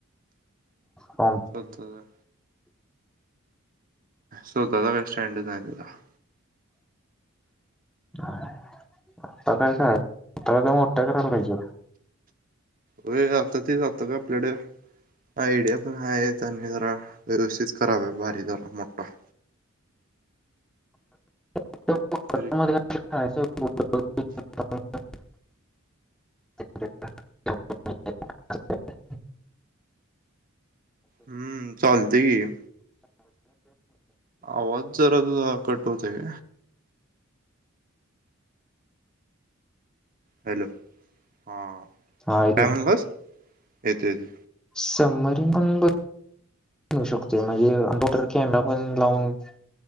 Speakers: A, in the centre; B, on the right.
A: होम
B: बघतो जरा. स्वतःचा बस स्टँडच आहे आपला
A: आता काय कायतर मोठा करायला पाहिजे
B: वेळ झालंता तेच आत्ताच आपल्याकड आयडिया पण आहे त्यांनी जरा व्यवस्थित करावे भारी जरा मोठा.
A: <unintelligible>
B: तरी
A: <unintelligible>
B: हम्म चालतय की आवाज जरा तुजा कट होतोय. हॅलो हां
A: हा ऐक
B: काय म्हणालतास येतोय येतोय
A: समरीबन होऊ शकते म्हणजे मोटर कॅनला लावून त्या